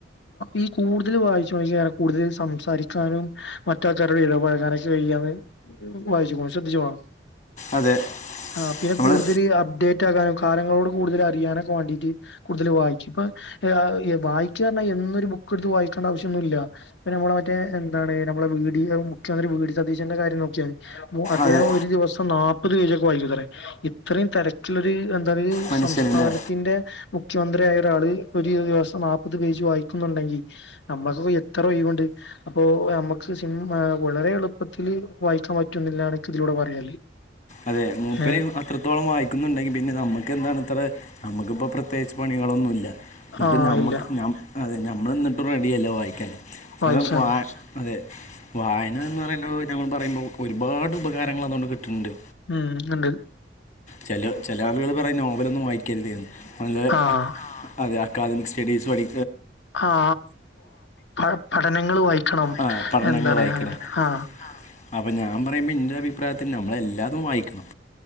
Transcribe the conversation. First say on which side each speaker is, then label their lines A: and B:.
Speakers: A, on the left; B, on the left.
A: ഈ കൂടുതൽ വായിച്ചു നോിക്ക കൂടുതൽ സംസാരിക്കാനും മറ്റാൾക്കാരുടെ ഇടപഴകാനൊക്കെ കഴ്യാന്ന് വായിച്ചു ശ്രദ്ധിച്ചുോണം
B: അതെ
A: ആ പിന്നെ
B: നമ്മള്
A: കൂടുതൽ അപ്ഡേറ്റ് ആകാനും കാലങ്ങളോട് കൂടുതൽ അറിയാന ക്വാണ്ടിറ്റി കൂടുതൽ വായിക്കും ഇപ്പ വായിക്കുകഞ്ഞാൽ എന്നൊരു ബുക്ക് എടുത്ത് വായി േണ്ട ആവശ്യംൊന്നുമില്ല ഇ നമ്മള മറ്റേ എന്താണ് നമ്മെ ഡി മു്യന്ത്രി വി ഡി സതീശന്റെ കാര്യം നോക്കിയാാണ് അദ്ദേഹം
B: അതെ
A: ഒരു ദിവസം നാല്പത് പേജൊക്കെ വൈകി തറ ഇത്രയും തിരക്കിലൊരു എന്താ
B: മനുഷ്യനില്ലേ
A: സംസ്ഥാനത്തിന്റെ മുഖ്യമന്ത്രിയായ ഒരാള് ഒരു ദിവസം നാല്പ്പത് പേജ് വായിക്കുന്നുണ്ടെങ്കിൽ നമ്മുക്ക് എത്ര വ്യവുണ്ട് അപ്പൊ നമ്മുക്ക്ി വളരെ എളുപ്പത്തില്ൽ വായിക്കാൻ പറ്റുന്നില്ലാണ് ഇതിലൂടെ പറയാല്
B: അതെ മൂപ്പരി
A: ഏ
B: അത്രത്തോളം വായിക്കുന്നുണ്ടെങ്കി പിന്നെ നമ്മുക്ക് എന്താണ് ഇത്ര നമ്മുക്കിപ്പോൾ പ്രത്യേകിച്ച് പണികളൊന്നുമില്ല എന്നിട്ട്
A: ആ
B: നമ്മക്ക്
A: ഇല്ല
B: അതെ നഞമ്മൾ എന്നിട്ടും റെഡിിയല്ല വായിക്കാൻ
A: വായിച്ചാന്
B: കാരണം വ അതെ വായന എന്ന് പറയ ഞങ്ങൾ പറയുമ്പോൾ ഒരുപാട് ഉപാരൾ അതുകൊണ്ട് കിട്ടിട്ടുന്നുണ്ട്
A: ഉം ഉണ്ട്
B: ചില ചില ആളുകൾ പറയും നോവലൊന്നും വായിക്കരുതരുന്നു നല്ല
A: ആഹ്
B: അതെ അക്കാദി സ്ഡീസ്ഴി
A: ആ പ പഠനങ്ങൾ വായിക്കണം
B: ആ പഠനങ്ങൾ
A: എന്താണ്
B: വായിക്കണം
A: അങ്ങനെ ആഹ
B: അപ്പം ഞാൻ പറയുമ്പോൾ എൻ്റെ അഭിപ്രായത്തിൽ നമ്മളെല്ലാതും വായിക്കണം